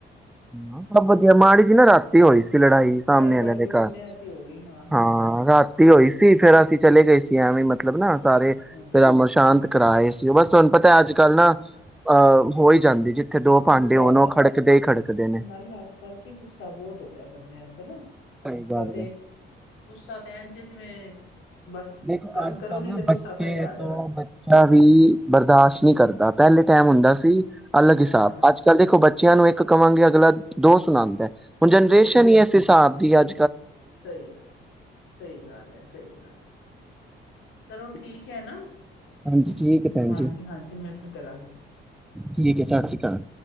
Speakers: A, in the centre; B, on the left.
A: ਹਮ ਸਭ ਵਧੀਆ, ਮਾੜੀ ਜੀ ਨਾ ਰਾਤੀ ਹੋਈ ਸੀ। ਲੜਾਈ ਸਾਹਮਣੇ
B: ਗੜਬੜ
A: ਵਾਲਿਆਂ ਦੇ
B: ਕੋਈ
A: ਘਰ,
B: ਸੁਨਿਆ ਸੀ ਹੋ ਗਈ ਹਾਂ-ਹਾਂ,
A: ਹਾਂ। ਰਾਤੀ ਹੋਈ ਸੀ ਫੇਰ ਅਸੀਂ ਚਲੇ ਗਏ ਸੀ ਐਵੇਂ ਮ ਲਬਨਾ ਸਾਰੇ
B: ਹਾਂ
A: ਤੇ ਅਮਰ ਸ਼ਾਂਤ ਕਰਾਏ ਸੀ ਉਹ ਬਸ ਤੁਹਾਨੂੰ ਪਤਾ ਅੱਜ ਕੱਲ੍ਹ ਨਾ ਆ ਹੋ ਹੀ ਜਾਂਦੀ। ਜਿੱਥੇ ਦੋ
B: ਗੁੱਸਾ
A: ਭਾਂਡੇ ਹੋਣ ਉਹ ਖੜਕਦੇ ਹੀ ਖੜਕਦੇ ਨੇ
B: ਨਾਲੇ ਅੱਜ ਕੱਲ ਕੀ ਗੁੱਸਾ ਬਹੁਤ ਹੋ ਗਿਆ ਬੰਦੇ ਸ ਨਾ
A: ਸਹੀ
B: <unintelligible> ਅੱਜ
A: ਗੱਲ
B: ਕੱਲ ਤੇ
A: ਹੈ
B: ਗੁੱਸਾ ਕਹਿਣ ਚ ਜਿਵੇਂ ਬਸ
A: ਦੇਖੋ
B: ਗੱਲ
A: ਅੱਜ
B: ਕਰੋ
A: ਕੱਲ
B: ਨੀ
A: ਨਾ
B: ਤੇ ਗੁੱਸਾ
A: ਬੱਚੇ
B: ਪਹਿਲੇ ਆ ਜਾਣਾ
A: ਤੋਂ ਬੱਚਾ ਵੀ ਬਰਦਾਸ਼ਤ ਨਹੀਂ ਕਰਦਾ ਪਹਿਲੇ। ਟਾਇਮ ਹੁੰਦਾ ਸੀ। ਅਲੱਗ
B: ਹਾਂ,
A: ਹਿਸਾਬ ਅੱਜ ਕੱਲ੍ਹ ਦੇਖੋ ਬੱ ਤੇ ਔਨੂ ਇੱਕ ਕਵਾਂਗੇ ਅਗਲਾ ਦੋ ਸੁਣਾਉਂਦਾ। ਹੁਣ ਜਨਰੇਸ਼ਨ
B: ਦੋਸਤ ਨਾ
A: ਹੀ ਇਸ ਹਿਸਾਬ ਦੀ ਅੱ
B: ਸਹੀ ਗ ਸਹੀ ਗੱਲ ਹੈ। ਸਹੀ ਗੱਲ। ਚਲੋ ਠੀਕ ਹੈ ਨਾ
A: ਹਾਂਜੀ ਠੀਕ ਹੈ ਭੈਣ
B: ਹਾਂਜੀ
A: ਜ
B: ਹਾਂਜੀ ਮੈਂ ਫਿਰ ਕਰਾਂਗੀ
A: ਠੀਕ ਹੈ ਸਤਿ ਸ੍ਰੀ ਅਕਾਲ।